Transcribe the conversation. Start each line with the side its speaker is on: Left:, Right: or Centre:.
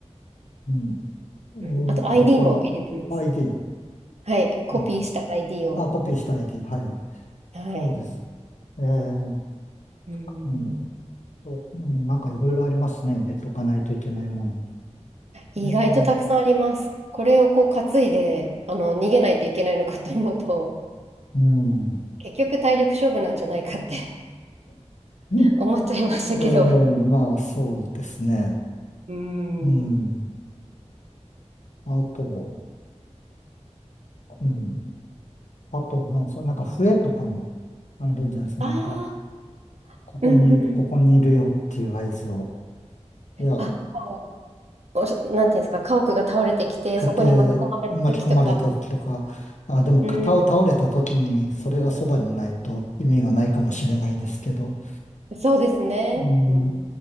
Left: うん。えーと、
Right: うん、あと ID
Left: 他、
Right: も入れてます。
Left: ID。
Right: はい。コピーした
Left: あ、
Right: ID を。
Left: あ、コピーしたいり、はい。
Right: はい。
Left: そうです。ええ
Right: うん。
Left: うん。そう、うんなんかいろいろありますね。入れとかないといけないもの。
Right: 意外とたくさんあります。
Left: ね
Right: これをこう担いで、あの、逃げないといけないのかと思うと、
Left: え、うん。
Right: 結局体力勝負なんじゃないかって
Left: <laughs>
Right: <laughs> 思っちゃいましたけど。
Left: ええまあ、そうですね。
Right: うー
Left: うん。
Right: ん。
Left: あと、うん。あと、なんですか、なんか笛とかもあるんじゃないですか。
Right: ああ、
Left: なんか、ここに、
Right: うんうん。
Left: ここにいるよっていう合図を。いや、
Right: あ、こうおしなんていうんですか、家屋が倒れてきて、
Left: 家庭巻き込まれた時とか、
Right: そこに巻き込まれた時とか。
Left: あ、でも肩を倒れた時にそれがそばにないと意味がないかもしれないですけど、
Right: うん。そうですね。
Left: うん、
Right: うん。